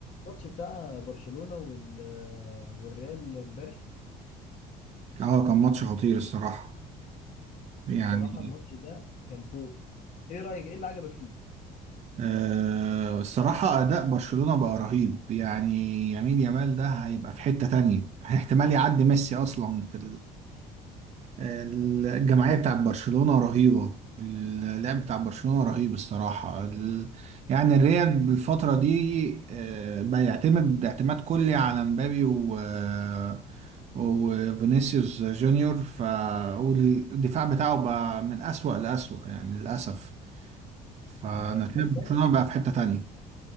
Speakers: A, on the left (about 55°); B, on the right (about 45°).
A: الماتش بتاع برشلونة وال والريال امبارح
B: اه كان ماتش خطير الصراحة يعني
A: بصراحة الماتش ده كان فوق ايه رأيك ايه اللي عجبك فيه
B: آه الصراحة أداء برشلونة بقى رهيب يعني يمين يامال ده هيبقى في حتة تانية <laughs> احتمال يعدي ميسي أصلا في الجمعية بتاعت برشلونة رهيبة اللعب بتاع برشلونة رهيب الصراحة ال... يعني الريال بالفترة دي آه، بقى يعتمد اعتماد كلي على مبابي و آه، وفينيسيوس جونيور ف والدفاع بتاعه بقى من أسوأ لأسوأ يعني للأسف فأنا
A: طب بس
B: شايف
A: انا
B: برشلونة بقى في حتة تانية